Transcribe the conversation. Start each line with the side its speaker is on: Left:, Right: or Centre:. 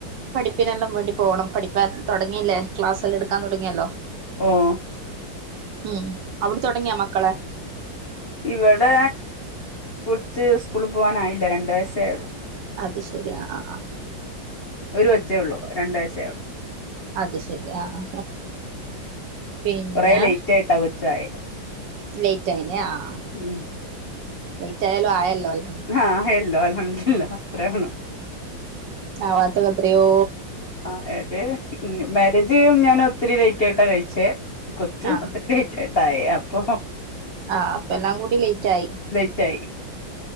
Right: പഠിപ്പിനെല്ലാം വേണ്ടി പോണം. പഠിപ്പാൻ തുടങ്ങിയില്ലേ ക്ലാസ് എല്ലാം എടുക്കാൻ തുടങ്ങിയല്ലോ.
Left: ഓഹ്
Right: ഉം അവിടെ തുടങ്ങിയാ മക്കള്?
Left: ഇവടെ കൊച്ച് സ്കൂളി പോവാനായില്ലാ രണ്ട് വയസ്സേ ആയൊള്ളൂ.
Right: അത് ശരി ആഹ് ആഹ്.
Left: ഒരു കൊച്ചേ ഉള്ളൂ രണ്ട് വയസേ ആയുള്ളൂ.
Right: അത് ശരി ആ ആ. പിന്നെ
Left: കൊറെ ലേറ്റ് ആയിട്ടാ കൊച്ചായേ.
Right: ലേറ്റ് ആയിന്യാ ആഹ് ആഹ്.
Left: ഉം
Right: ലേറ്റായാലും ആയല്ലോ അൽഹം
Left: ആഹ്യല്ലോ അൽഹംദുലില്ലാ അത്രേ ഒണു.
Right: ആവാത്ത ഇപെത്രയോ
Left: ആഹ് ആയത് മാരേജ് ഞാൻ ഒത്തിരി ലേറ്റ് ആയിട്ടാ കഴിച്ചേ. കൊച്ചും
Right: ആ
Left: ഒത്തിരി ലേറ്റായിട്ടാ ആയെ അപ്പൊ
Right: ആഹ് അപ്പ എല്ലാം കൂടി ലേറ്റ് ആയി.
Left: ലേറ്റ്